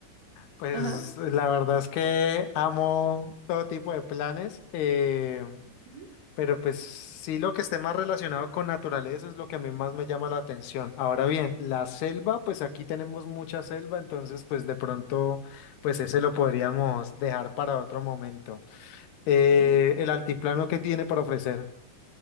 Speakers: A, on the left; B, on the right.
A: Pues
B: Ajá.
A: la verdad es que amo todo tipo de planes, eh,
B: Ujú.
A: pero pues sí lo que esté más relacionado con naturaleza es lo que a mí más me llama la atención. Ahora bien, la selva, pues aquí tenemos mucha selva, entonces pues de pronto pues ese lo podríamos dejar para otro momento. Eh,
B: Ok.
A: el altiplano que tiene para ofrecer.